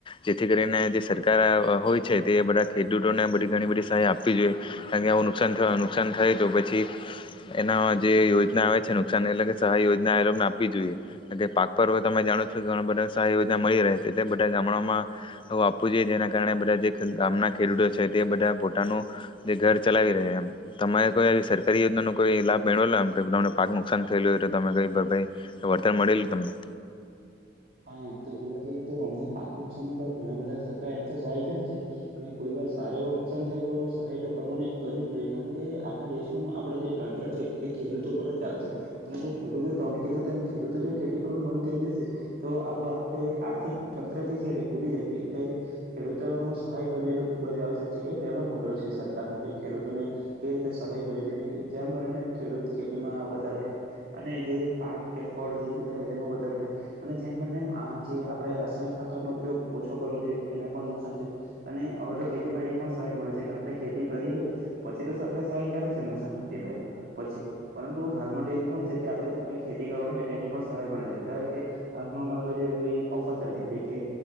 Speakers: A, on the left (about 30°); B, on the right (about 55°).
A: જેથી કરીને જે સરકાર હોય છે, તે બધા ખેડૂતોને બધી ઘણી બધી સહાય આપવી જોઈએ કારણ કે આવું નુકસાન થયુ નુકસાન થાય તો પછી એના જે યોજના આવે છે, નુકસાન એટલે કે સહાય યોજના એ લોકોને આપવી જોઈએ કે પાક પર હવે તમે જાણો છો. તો ઘણાં બધાં સહાય યોજના મળી રહે છે, તે બધાં ગામડાઓમાં <inaudible> આપવું જોઈએ જેના કારણે બધા જે ગામનાં ખેડૂતો છે, તે બધા પોતાનું જે ઘર ચલાવી રહે એમ તમારે કોઈ આવી સરકારી યોજનાનો કોઈ લાભ. મેળવેલો એમ કે તમને પાક નુકસાન થ થયેલું તો તમે ક ભ ભાઈ વળતર મળેલ તમને?
B: હા એમ તો જોવા જઈએ તો અમને પાક નુકસાન ન તો ઘણા બધાં સરકાર એમ તો સહાય કરે છે, ને કોઈ વાર સારા એવું નુકસાન થાય તો સહાય તો કરવાની જ કરવી જ જોઈએ કારણ કે આખા દેશનું આપડુ જે તંત્ર છે એ ખેડૂતો પર જ ચાલે છે અને જો ખેડૂતો તમે કીધું તેમ ખેડૂતો જો ખેતી પણ બંધ કરી દેશે તો આપણું આખુ આર્થિક તંત્ર જે છે, એ તૂટી જશે એટલે ખેડૂતો સહાય કરવી એ તો ખુબ જ આવશ્યક છે. એ પહેલો મુદ્દો છે, સરકાર નો કે ખેડૂતોને કેવી રીતે સહાય કરવી જેને જેમ બને તેમ ખેડૂત ખેતીમાં વધારો થાય અને જે પાક કે ફળ જેબી કહે તેમાં વધરો થાય અને જેમ બને તેમ આ જે આપણે રાસાયણિક ખાતરનો ઉપયોગ ઓછો કરવો જોઈએ એના પણ નુકસાન છે, અને હવે તો ખેતીમાં એવી પણ સહાય મળે છે, કે આપણે ખેતી કરી હોય પછી તો સરકારા સહાય કરે છે નુકસાન થાય તે પહેલા પછી પરંતુ હાલ માટે એવું પણ છે કે આપણે જો કઈ ખેતી કરવાનું હોય એની પણ સહાય મળે. ધારોકે હાલમાં મારી બાજુ એવી ઓફર ચાલતી હતી કે,